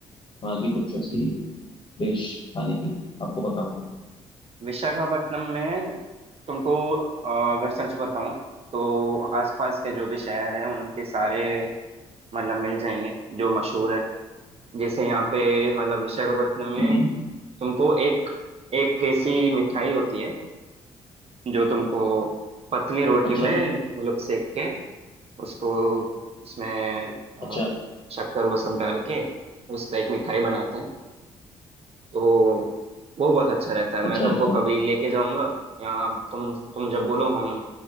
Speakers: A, on the left; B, on the right.
A: वहां की कुछ ऐसी डिश खाने की आपको पता होता है
B: विशाखापट्टनम में तुमको अ, अगर सच बताऊं तो आसपास के जो भी शहर हैं उनके सारे मतलब मिल जाएंगे जो मशहूर है जैसे यहाँ पे मतलब विशाखापट्टनम में
A: हम्म
B: तुमको एक एक ऐसी मिठाई होती है जो तुमको पतली रोटी
A: अच्छा
B: में वो लोग सेक के उसको उसमें अ,
A: अच्छा
B: शक्कर वो सब डाल के उसका एक मिठाई बनाते हैं तो वो बहुत अच्छा रहता है मैं
A: अच्छा
B: तुमको
A: अच्छा
B: कभी लेके जाऊंगा या आप- तुम तुम जब बोलो हम